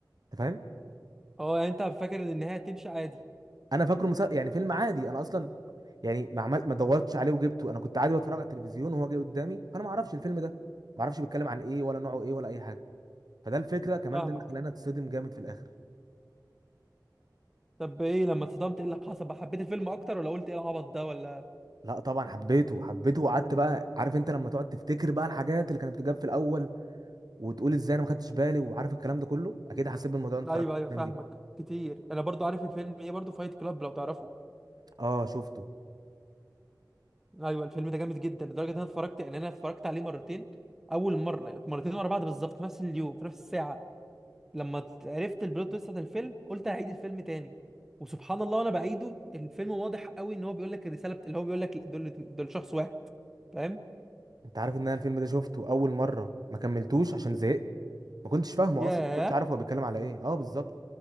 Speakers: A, on the right; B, in the centre.
A: انت فاهم
B: هو يعني انت فاكر ان النهايه تمشي عادي
A: انا فاكره مسل... يعني فيلم عادي انا اصلا يعني ما عمل ما دورتش عليه وجبته انا كنت عادي بتفرج على التلفزيون وهو جاي قدامي فانا ما اعرفش الفيلم ده ما اعرفش بيتكلم عن ايه ولا نوعه ايه ولا اي حاجه فده الفكره كمان
B: فاهمك
A: ده اللي خلاني اتصدم جامد في الاخر
B: طب ايه لما اتصدمت ايه اللي حصل بقى حبيت الفيلم اكتر ولا قلت ايه العبط ده ولا
A: لا طبعا حبيته حبيته وقعدت بقى عارف انت لما تقعد تفتكر بقى الحاجات اللي كانت بتجاب في الاول وتقول ازاي انا ما خدتش بالي وعارف الكلام ده كله اكيد حسيت بالموضوع وانت
B: ايوه
A: اتفرجت على
B: ايوه
A: الافلام
B: فاهمك
A: دي
B: كتير انا برضو عارف الفيلم ايه برضو فايت كلاب لو تعرفه
A: اه شفته
B: ايوه الفيلم ده جامد جدا لدرجه ان انا اتفرجت يعني انا اتفرجت عليه مرتين اول مره مرتين ورا بعض بالظبط في نفس اليوم في نفس الساعه لما عرفت البلوت تويست بتاعت الفيلم قلت هعيد الفيلم تاني وسبحان الله وانا بعيده الفيلم واضح قوي ان هو بيقول لك الرساله بت... اللي هو بيقول لك دول دول شخص واحد فاهم
A: انت عارف ان انا الفيلم ده شفته اول مره ما كملتوش عشان زهقت ما كنتش فاهمه
B: ياه
A: اصلا ما كنتش عارف هو بيتكلم على ايه اه بالظبط